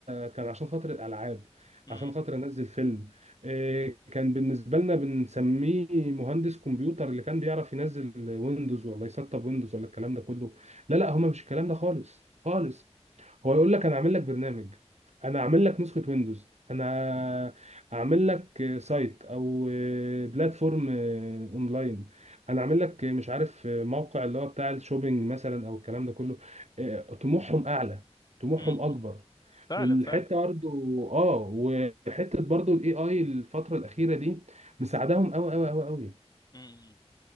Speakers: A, on the right; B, on the left.
A: كان عشان خاطر الالعاب
B: أمم،
A: عشان خاطر انزل فيلم آه، كان بالنسبه لنا بنسميه مهندس كمبيوتر اللي كان بيعرف ينزل ويندوز ولا يسطب ويندوز ولا الكلام ده كله لا لا هما مش الكلام ده خالص خالص هو يقول لك انا اعمل لك برنامج انا اعمل لك نسخه ويندوز انا اعمل لك آه، سايت او آه، بلاتفورم آه، اونلاين انا عامل لك مش عارف موقع اللي هو بتاع الشوبينج مثلا او الكلام ده كله آه، طموحهم اعلى طموحهم
B: أمم.
A: اكبر
B: فعلا
A: الحته
B: فعلا
A: برضه اه وحته برضه الاي اي الفتره الاخيره دي مساعدهم قوي قوي قوي قوي
B: أمم،